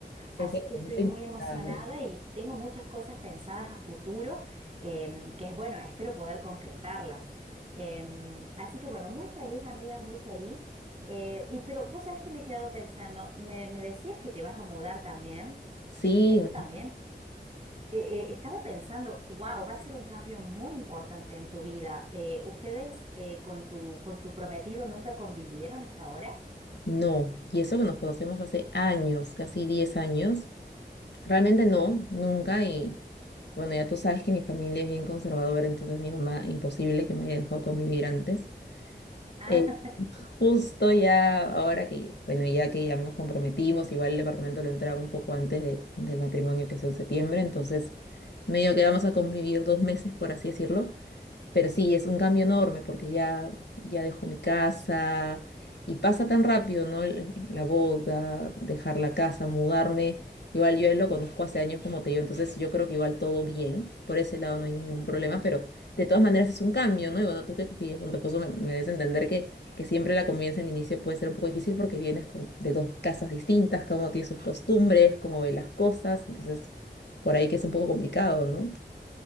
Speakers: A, on the right; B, on the left.
A: Así
B: es el
A: que
B: momento
A: estoy muy
B: indicado.
A: emocionada y tengo muchas cosas pensadas a futuro, em, que es bueno, espero poder concretarlas. Em, así que bueno, muy feliz, amiga, muy feliz. Eh, y pero vos sabés que me he quedado pensando, me, me decías que te vas a mudar también.
B: Sí,
A: Eso también. eh, eh, estaba pensando, wow, va a ser un cambio muy importante en tu vida. Eh, ¿ustedes eh, con tu, con tu prometido nunca convivieron hasta ahora?
B: no, y eso que nos conocemos hace años, casi 10 años, realmente no, nunca, y bueno, ya tú sabes que mi familia es bien conservadora, entonces mi mamá, imposible que me haya dejado convivir antes.
A: Ah,
B: Eh,
A: <laughs>
B: Justo ya ahora que, bueno, ya que ya nos comprometimos, igual el departamento lo entraron un poco antes de- del matrimonio que es en septiembre, entonces medio que vamos a convivir dos meses, por así decirlo. Pero sí, es un cambio enorme porque ya, ya dejo mi casa y pasa tan rápido, ¿no? El- la boda, dejar la casa, mudarme. Igual yo a él lo conozco hace años como te digo, entonces yo creo que igual todo bien, por ese lado no hay ningún problema, pero de todas maneras es un cambio, ¿no? Y bueno, tú que vives con tu esposo me, me debes entender que, que siempre la convivencia al inicio puede ser un poco difícil porque vienes con- de dos casas distintas, cada uno tiene sus costumbres, cómo ve las cosas, entonces por ahí que es un poco complicado, ¿no?